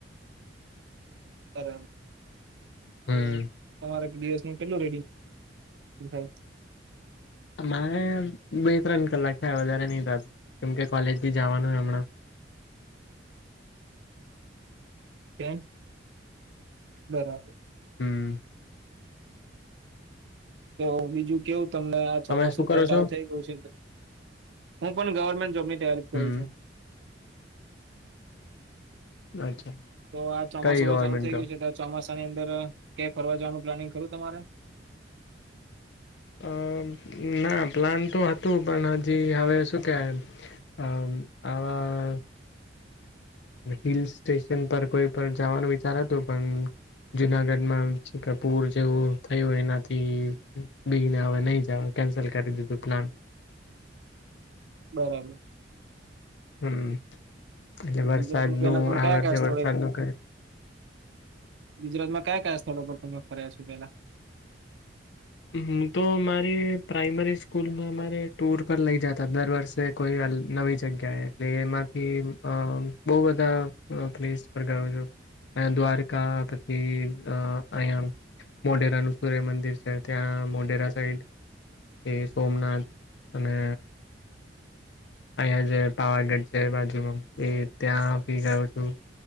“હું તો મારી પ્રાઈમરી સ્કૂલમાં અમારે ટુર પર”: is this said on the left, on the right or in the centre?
Left